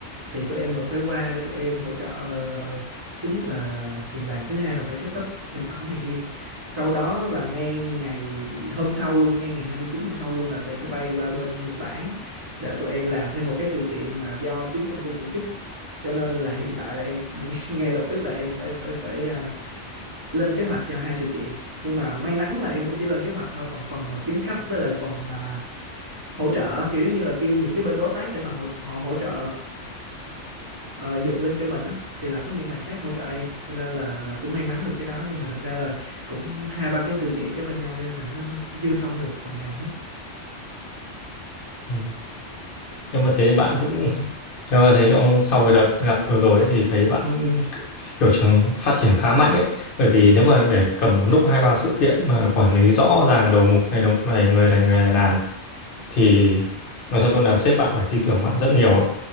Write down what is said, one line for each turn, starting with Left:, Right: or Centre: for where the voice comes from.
Right: thì tụi em vẫn phải qua để tụi em hỗ trợ ờ, thứ nhất là tiền bạc thứ hai là phải set up sản phẩm này kia sau đó là ngay ngày hôm sau luôn ngay ngày 29 hôm sau luôn là tụi em phải bay qua bên Nhật Bản để tụi em làm thêm một cái sự kiện mà do chính công ty tổ chức cho nên là hiện tại là em <laughs> ngay lập tức là em phải phải phải à, lên kế hoạch cho hai sự kiện nhưng mà may mắn là em cũng chỉ lên kế hoạch thôi còn phần mà kiếm khách với lại phần mà hỗ trợ kiểu giống như là kêu những cái bên đối tác để mà hỗ họ hỗ hỗ trợ ờ, dựng lên cho mình á thì là có những bạn khác hỗ trợ em cho nên là là cũng may mắn được cái đó nhưng mà thật ra là cũng hai ba cái sự kiện kế bên nhau nên là nó nó cũng chưa xong được phần nào hết
Left: ừ. nhưng mà thế bạn cũng <laughs> nhưng mà thế trong sau cái đợt gặp vừa rồi ấy, thì thấy bạn kiểu trường phát triển khá mạnh ấy bởi vì nếu mà để cầm một lúc hai ba sự kiện mà quản lý rõ ràng đầu mục này đầu mục này người này người này làm thì nói thật luôn là sếp bạn phải tin tưởng bạn rất nhiều ấy.